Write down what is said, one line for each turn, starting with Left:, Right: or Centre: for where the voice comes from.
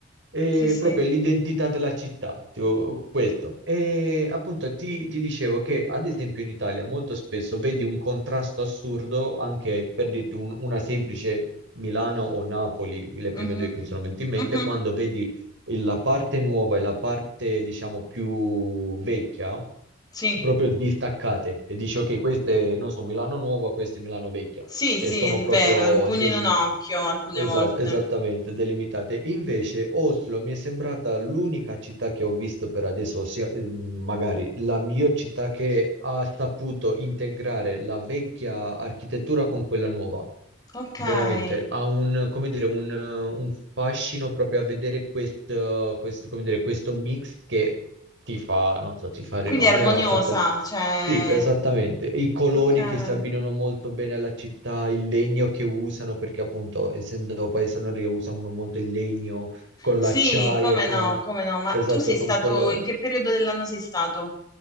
Right: E
Left: sì, sì.
Right: proprio l'identità della città, tipo questo. E appunto ti, ti dicevo che ad esempio in Italia molto spesso vedi un contrasto assurdo anche per dirti un- una semplice Milano o Napoli, le prime
Left: Mhm.
Right: due che mi sono venute in mente,
Left: Mhm.
Right: quando vedi il- la parte nuova e la parte, diciamo, più vecchia
Left: Sì.
Right: proprio distaccate e dici ok, queste non so, Milano Nuova, queste Milano Vecchia
Left: Sì,
Right: e
Left: sì,
Right: sono
Left: è
Right: proprio
Left: vero, è un pugno
Right: delimi-
Left: in un occhio alcune
Right: Esatto,
Left: volte.
Right: esattamente, delimitate. Invece Oslo mi è sembrata l'unica città che ho visto per adesso, ossia eh, magari la miglior città che ha saputo integrare la vecchia architettura con quella nuova.
Left: Okay,
Right: Veramente, ha un, come dire, un, eh, un fascino proprio a vedere questo, questo, come dire, questo mix che ti fa, non so, ti fa, arrivare-
Left: quindi è armoniosa,
Right: a me ha fatto
Left: cioè
Right: sì, esattamente. I colori
Left: okay.
Right: che si abbinano molto bene alla città, il legno che usano, perché appunto, essendo paese nordico, usano molto il legno con
Left: Sì,
Right: l'acciaio,
Left: come
Right: con...
Left: no, come no. Ma
Right: Esatto,
Left: tu sei
Right: con
Left: stato
Right: colori.
Left: in che periodo dell'anno sei stato?